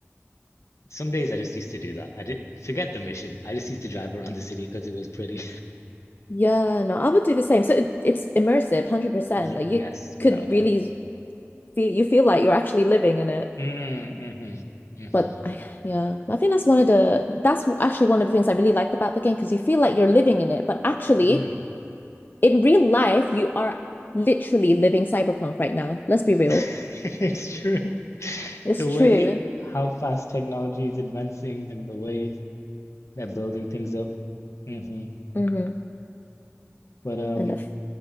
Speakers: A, on the left; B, on the left.
A: Some days I just used to do that. I didn't forget the mission. I just used to drive around the city because it was pretty.
B: Yeah, no, I would do the same. So it, it's immersive, 100%.
A: <laughs> yes,
B: Like you
A: without
B: could
A: a doubt.
B: really feel you feel like you're actually living in it.
A: Mm, mm-hmm, mm-hmm,
B: But I yeah, I think that's one of the that's actually one of the things I really liked about the game because you feel like you're living in it, but actually
A: mm.
B: in real life you are literally living cyberpunk right now. Let's be
A: <laughs>
B: real.
A: It's true.
B: It's
A: The
B: true.
A: way how fast technology is advancing and the way they're building things up. hmm
B: Mm-hmm.
A: But um,
B: And if,